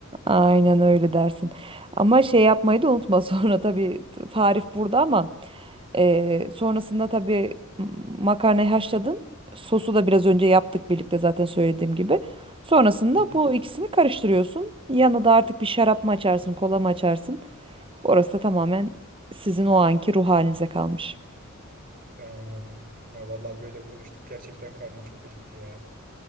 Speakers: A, on the right; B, on the right.
A: Aynen öyle dersin. Ama şey yapmayı da unutma <laughs> sonra tabii t- tarif burada ama e, sonrasında tabii m- makarnayı haşladın. Sosu da biraz önce yaptık birlikte zaten söylediğim gibi. Sonrasında
B: Hı hı.
A: bu ikisini karıştırıyorsun. Yanına da artık bir şarap mı açarsın, kola mı açarsın? Orası da tamamen sizin o anki ruh halinize kalmış.
B: Ya Anladım. Ya vallahi böyle konuştuk gerçekten karnım çok acıktı ya.